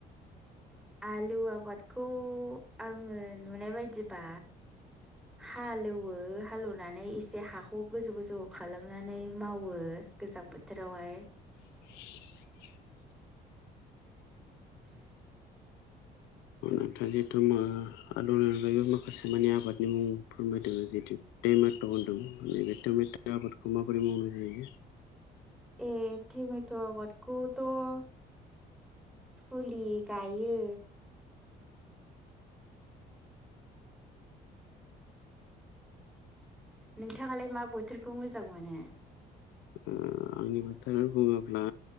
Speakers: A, in the centre; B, on the left.
A: आलु आबादखौ आङो नुनाय बायदिबा हालेवो हालेवनानै एसे हाखौ गोजौ गोजौ खालामनानै मावो। गोजां बोथोरावहाय
B: <inaudible>
A: <inaudible>
B: नोंथाङा जिहेथु ओ आलुनि अनगायैबो माखासे मानि आबादनि मुं फोरमायदों जितु बे मा होनदों बे टमेथ' आबादखौ माबोरै मावनाय जायो?
A: ए थेमेथ' आबादखौ थ' फुलि गायो। नोंथाङालाय मा बोथोरखौ मोजां मोनो?
B: <inaudible> आंनि बोथोर बुङोब्ला